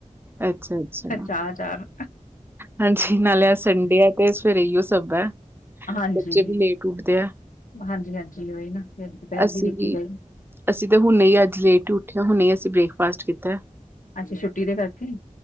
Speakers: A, on the right (about 15°); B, on the left (about 80°).
A: ਅੱਛਾ ਅੱਛਾ
B: ਚਾਹ ਚਾਰ
A: ਹਾਂਜੀ, ਨਾਲੇ ਸੰਡੇ ਆ, ਤੇ ਸਵੇਰੇ ਇਓ ਸਭ ਹੈ
B: ਹਾਂਜੀ
A: ਬੱਚੇ ਵੀ ਲੇਟ ਟੁੱਟਤੇ ਐ
B: ਹਾਂਜੀ ਹਾਂਜੀ ਉਹੀ ਨਾ ਫਿਰ ਦੁਪਹਿਰ
A: ਅਸੀਂ
B: ਦੀ ਵੇਖੀ
A: ਵੀ,
B: ਜਾਈ
A: ਅਸੀਂ ਤੇ ਹੁਣ ਹੀ ਅੱਜ, ਲੇਟ ਹੀ ਉੱਠੇ ਆ ਹੁਣੇ, ਅਸੀਂ ਬ੍ਰੇਕਫਾਸਟ ਕੀਤਾ
B: ਅੱਛਾ, ਛੁੱਟੀ ਦੇ ਕਰਕੇ